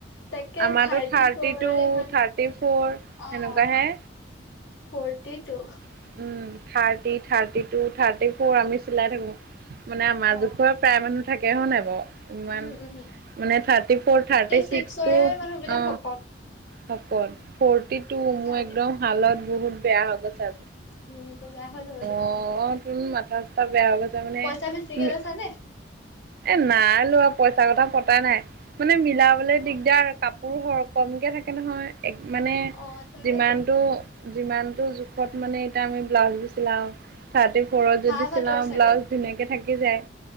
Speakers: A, on the left; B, on the right.
A: তাকে
B: আমাৰ টো থাৰ্টি
A: ফ'ৰ
B: টু,
A: ইমান
B: থাৰ্টি ফৰ
A: অ'
B: সেনেকুৱাহে।
A: Forty two.
B: Um thirty, thirty two, thirty four আমি চিলাই থাকো মানে আমাৰ
A: অ'
B: জোখৰ। প্ৰায় মানুহৰ থাকে, হয় নাই বাও। ইমান
A: উম, উম
B: মানে থাৰ্টি ফৰ, থাৰ্টি
A: ছিক্সৰে
B: চিক্স টো
A: মানুহ বিলাক
B: অ।
A: শকত।
B: শকত ফৰ্টি টু মোৰ
A: থাৰ্টি
B: একদম হালত বহুত বেয়া হৈ গৈছে।
A: উম, তো বেয়া হৈ যাব টো।
B: অ তোন মাথা চাথা বেয়া হৈ গৈছে মানে
A: পইচা বেছিকে
B: ওম।
A: লৈছা নে?
B: এ নাই লোৱা পইচা কথা পতা নাই মানে মিলাবলে
A: অ'
B: দিগদাৰ কাপ। পোৰ সৰ কমকৈ থাকে নহয় এক মানে
A: অ' তাকেতো।
B: যিমানটো। যিমানটো জোখত মানে এতিয়া আমি ব্লাউজবোৰ চিলাও। থাৰ্টি ফ'ৰত
A: হাঁহ
B: যদি
A: ভাতৰ
B: চিলাও
A: চাগে
B: ব্লাউজ ধুনীয়াকে থাকি যায়।